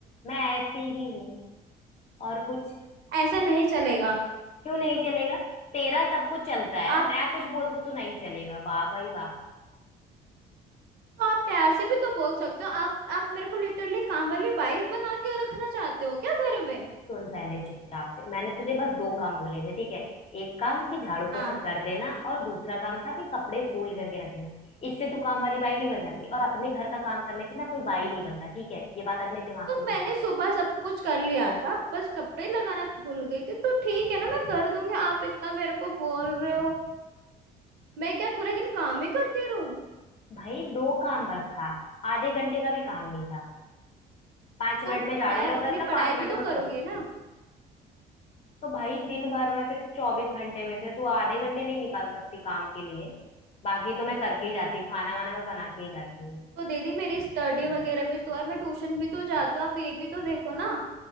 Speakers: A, on the left; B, on the right.
A: मैं ऐसी ही हूँ और कुछ
B: ऐसा नहीं चलेगा
A: क्यों नहीं चलेगा तेरा सब कुछ चलता है
B: आप
A: मैं कुछ बोल दूँ तो नहीं चलेगा वाह भाई वाह
B: तो आप प्यार से भी तो बोल सकते हो आप आप मेरे को लिटरली काम वाली बाइस बना के रखना चाहते हो क्या घर में
A: सुन पहले चुपचाप से मैंने तुझे बस दो काम बोले थे ठीक है एक काम कि झाड़ू
B: हाँ
A: पोछा कर देना और दूसरा काम था कि कपड़े फोल्ड करके रख देना इससे तू काम वाली बाई नहीं बन जाती और अपने घर का काम करने से ना कोई बाई नहीं बनता ठीक है ये बात अपने दिमाग
B: तो
A: में
B: मैंने
A: घुसा
B: सुबह
A: ले
B: सब कुछ कर लिया था बस कपड़े लगाना भूल गई थी तो ठीक है ना मैं कर दूंगी आप इतना मेरे को बोल रहे हो मैं क्या पूरे दिन काम ही करती रहूं
A: भाई दो काम बस था आधे घंटे का भी काम नहीं था पांच मिनट
B: तो
A: में झाड़ू
B: मैं
A: लग जाता
B: अपनी पढ़ाई
A: पांच मिनट
B: भी
A: में
B: तो करूंगी
A: पोछा
B: ना
A: तो भाई दिन भर में से चौबीस घंटे में से तू आधे घंटे नहीं निकाल सकती काम के लिए बाकी तो मैं करके ही जाती हूँ खाना वाना मैं बना के ही जाती हूँ
B: तो दीदी मेरी स्टडी वगैरह भी तो है मैं ट्यूशन भी तो जाती हूँ आप ये भी तो देखो ना